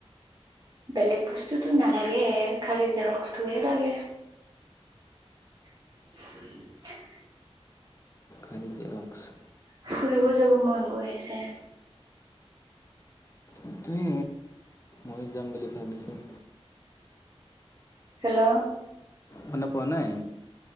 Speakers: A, on the right (about 35°); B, on the left (about 30°).
A: বেলেগ বস্তুতো নালাগে খালি জেৰক্সটোহে লাগে <inaudible>
B: খালী জেৰক্স
A: ফুৰিব যাব মন গৈ আছে
B: এইটোৱে মই যাম বুলি ভাবিছিল
A: হেল্ল'
B: মানুহ পোৱা নাই।